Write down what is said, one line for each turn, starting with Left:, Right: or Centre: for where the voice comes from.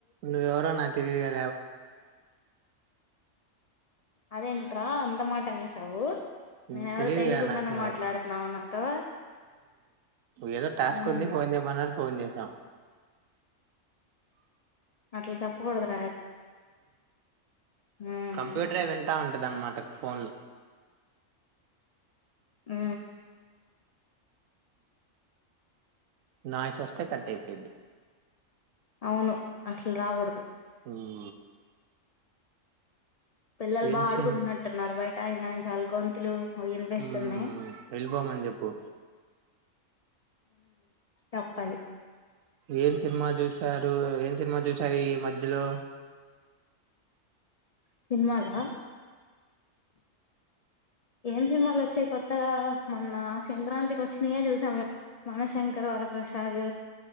Right: నువు ఎవరో నాకుంటేలేదు గా
Left: అదేంట అంత మాటనే సవఊర్
Right: హ్మ్.
Left: మేనుెవరు
Right: తెలీదు
Left: తెలియకుండానే
Right: గదా నాకు ఎవరు.
Left: మాట్లాడుతున్నావు నాతో
Right: ఏదో టాస్క్
Left: మ్మ్
Right: ఉంది పోన్ ఏమన్నా ఫోన్ేశాం
Left: అట్లా చెప్పుకడద్ర మ్మ్
Right: కంప్యూటర్ వింటా ఉంటది అన్నమాట ఫోన్లు
Left: ఆ
Right: నాయ చూస్తే కట్ అయిపోయిద్ది
Left: అవును అసలు రాకూడదు
Right: హ్మ్.
Left: పిల్లలు
Right: ఏం
Left: బా ఆడుకుంటున్నట్టున్నారు
Right: సిన్
Left: బయట ఆయన చాలా గొంతులు వినిపిస్తున్నాయి
Right: హ వెళ్ళిపోమని చెప్పు
Left: చెప్పాలి
Right: ఏం సినిమా చూసారు ఏం సినిమా చూసయి ఈ మధ్యలో
Left: సినిమాాల ఏం సినిమాలు వచ్చాయి కొత్తగా మొన్న సంక్రాంతికి వచ్చినయే చూసాము మనశంకర్ వరప్రసాద్